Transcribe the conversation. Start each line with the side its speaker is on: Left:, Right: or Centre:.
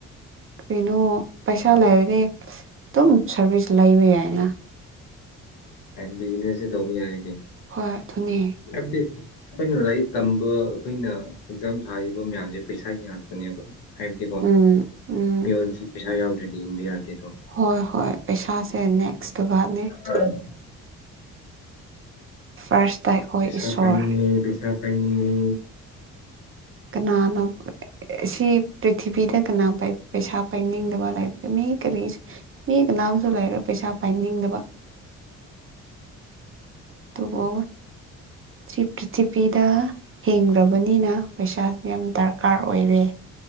Right: ꯀꯩꯅꯣ ꯄꯩꯁꯥ ꯂꯩꯔꯗꯤ ꯑꯗꯨꯝ ꯁꯥꯔꯚꯤꯁ ꯂꯩꯕ ꯌꯥꯏꯅ
Left: ꯕꯤꯖꯤꯅꯦꯁꯁꯦ ꯇꯧꯕ ꯌꯥꯔꯦ ꯀꯩꯅꯣ
Right: ꯍꯣꯏ ꯑꯗꯨꯅꯦ
Left: ꯍꯥꯏꯕꯗꯤ ꯑꯩꯈꯣꯏꯅ ꯂꯥꯏꯔꯤꯛ ꯇꯝꯕ ꯑꯩꯈꯣꯏꯅ ꯑꯦꯛꯖꯥꯝ ꯊꯥꯔꯤꯕ ꯃꯌꯥꯝꯁꯦ ꯄꯩꯁꯥꯒꯤ ꯉꯥꯛꯇꯅꯦꯕ ꯍꯥꯏꯕꯗꯤꯀꯣ
Right: ꯎꯝ ꯎꯝ
Left: ꯃꯤꯑꯣꯏꯕꯁꯤ ꯄꯩꯁꯥ ꯌꯥꯎꯗ꯭ꯔꯗꯤ ꯍꯤꯡꯕ ꯌꯥꯗꯦꯗꯣ
Right: ꯍꯣꯏ ꯍꯣꯏ ꯄꯩꯁꯥꯁꯦ ꯅꯦꯛꯁ <unintelligible>
Left: ꯑꯥ <unintelligible>
Right: ꯐꯥꯔꯁꯇ ꯑꯩꯈꯣꯏ
Left: ꯄꯩꯁꯥ
Right: ꯏꯁꯣꯔ
Left: ꯄꯥꯏꯅꯤꯡꯉꯦ ꯄꯩꯁꯥ ꯄꯥꯏꯅꯤꯡꯉꯦ
Right: ꯀꯅꯥꯅ ꯁꯤ ꯄ꯭ꯔꯤꯊꯤꯕꯤꯗ ꯀꯅꯥ ꯄꯩꯁꯥ ꯄꯥꯏꯅꯤꯡꯗꯕ ꯂꯩꯒꯅꯤ ꯃꯤ ꯀꯔꯤ ꯃꯤ ꯀꯅꯥꯁꯨ ꯂꯩꯔꯣꯢ ꯄꯩꯁꯥ ꯄꯥꯏꯅꯤꯡꯗꯕ ꯑꯗꯨꯕꯨ ꯁꯤ ꯄ꯭ꯔꯤꯊꯤꯕꯤ ꯗ ꯍꯤꯡꯂꯕꯅꯤꯅ ꯄꯩꯁꯥꯁꯨ ꯌꯥꯝ ꯗꯔꯀꯥꯔ ꯑꯣꯏꯔꯦ